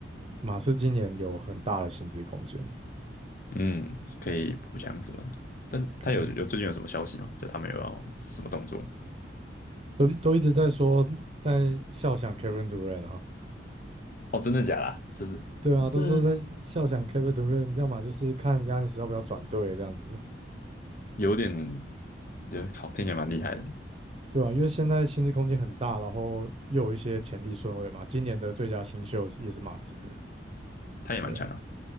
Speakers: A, on the right (about 35°); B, on the left (about 50°).
A: 马斯今年有很大的薪资空间，
B: 嗯，可以补强什么的但他有有最近有什么消息吗？
A: 可能
B: 就他们有要什么动作？
A: 都都一直在说在笑想 Kevin Durant 啊。
B: 哦，真的假的啊？真的，
A: 对啊，都说在笑想
B: 这
A: Kevin Durant，要么就是看 y a n 要不要转队这样子。
B: 有点，觉得靠，听起来蛮厉害的，
A: 对啊，因为现在薪资空间很大，然后又有一些潜力顺位嘛。今年的最佳新秀是也是马刺的，
B: 他也蛮强啊。
A: 对